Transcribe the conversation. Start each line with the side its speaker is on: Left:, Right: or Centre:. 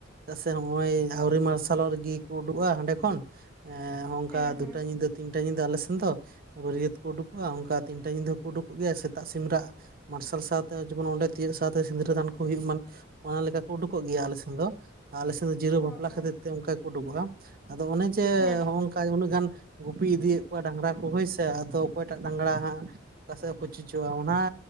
Right: ᱪᱮᱫᱟᱜ ᱥᱮ ᱦᱚᱸᱜᱼᱚᱭ ᱟᱹᱣᱨᱤ ᱢᱟᱨᱥᱟᱞᱚᱜ ᱨᱮᱜᱮ ᱠᱚ ᱩᱰᱩᱠᱼᱟ ᱦᱟᱸᱰᱮ ᱠᱷᱚᱱ᱾ ᱮ ᱦᱚᱸᱜ
Centre: ᱦᱮᱸ
Right: ᱚᱱᱠᱟ
Centre: ᱦᱮᱸ
Right: ᱫᱩᱴᱟ ᱧᱤᱫᱟᱹ, ᱛᱤᱱᱴᱟ ᱧᱤᱫᱟᱹ ᱟᱞᱮ ᱥᱮᱱ ᱫᱚ᱾ ᱵᱟᱹᱨᱭᱟᱹᱛ ᱠᱚ ᱩᱰᱩᱠᱚᱜᱼᱟ ᱚᱱᱠᱟ ᱛᱤᱱᱴᱟ ᱧᱤᱫᱟᱹ ᱦᱚᱸ ᱠᱚ ᱩᱰᱩᱠᱚᱜ ᱜᱮᱭᱟ ᱥᱮᱛᱟᱜ ᱥᱤᱢ ᱨᱟᱜ᱾ ᱢᱟᱨᱥᱟᱞ ᱥᱟᱶᱛᱮ ᱡᱮᱢᱚᱱ ᱚᱸᱰᱮ ᱛᱤᱭᱳᱜ ᱥᱟᱶᱛᱮ ᱥᱤᱸᱫᱨᱟᱹ ᱫᱟᱱ ᱠᱚ ᱦᱳᱭᱚᱜ ᱮᱢᱟᱱ ᱚᱱᱟ ᱞᱮᱠᱟ ᱠᱚ ᱩᱰᱩᱠᱚᱜ ᱜᱮᱭᱟ ᱟᱞᱮ ᱥᱮᱱ ᱫᱚ᱾ ᱟᱞᱮ ᱥᱮᱫ ᱫᱚ ᱡᱤᱨᱟᱹᱣ
Centre: ᱦᱳᱭ
Right: ᱵᱟᱯᱞᱟ
Centre: ᱦᱳᱭ
Right: ᱠᱷᱟᱹᱛᱤᱨ ᱛᱮ ᱚᱱᱠᱟ ᱜᱮ ᱠᱚ ᱩᱰᱩᱠᱚᱜᱼᱟ, ᱟᱫᱚ ᱚᱱᱮ ᱡᱮ
Centre: ᱦᱮᱸ
Right: ᱦᱚᱸᱜᱼᱚᱝᱠᱟ ᱩᱱᱟᱹᱜ ᱜᱟᱱ ᱜᱩᱯᱤ ᱤᱫᱤᱭᱮᱫ ᱠᱚᱣᱟ ᱰᱟᱝᱨᱟ ᱠᱚ ᱦᱳᱭ ᱥᱮ ᱟᱫᱚ ᱚᱠᱚᱭᱴᱟᱜ ᱰᱟᱝᱨᱟ ᱦᱟᱸᱜ ᱚᱠᱟ ᱥᱮᱫ ᱮ ᱯᱩᱪᱩᱡᱚᱜᱼᱟ ᱚᱱᱟ